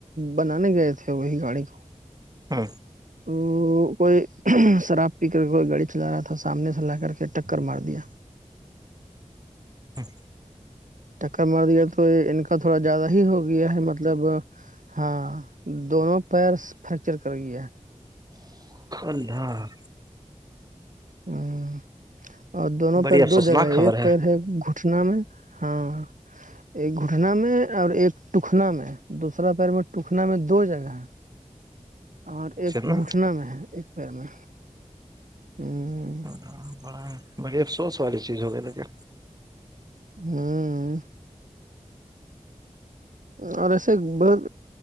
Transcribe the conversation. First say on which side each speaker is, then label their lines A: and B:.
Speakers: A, on the right (about 80°); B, on the right (about 30°).
A: بنانے گئے تھے وہی گاڑی کو
B: ہاں
A: ا کوئی شراب پی کر کے کوئی گاڑی چلا رہا تھا سامنے سے لا کر کے ٹکر مار دیا
B: ہاں
A: ٹکر مار دیا تو ان کا تھوڑا زیادہ ہی ہو گیا ہے مطلب ہاں دونوں پیرس فریکچر کر گیا
B: اللہا
A: ہاں اور دونوں
B: بڑی
A: پیر
B: افسوسناک
A: دو جگہ ہے
B: خبر
A: ایک پیر ہے گٹنا میں ہاں ایک گھٹنا میں اور ایک ٹکنا میں دوسرا پیر میں ٹکنا میں دو جگہ اور ایک
B: نا
A: گھٹنا میں ہے ایک پیر میں ہاں
B: ہاں بڑا ہے بڑی افسوس والی چیز ہو گئی تو کیا
A: ہوں اور ایسے بہت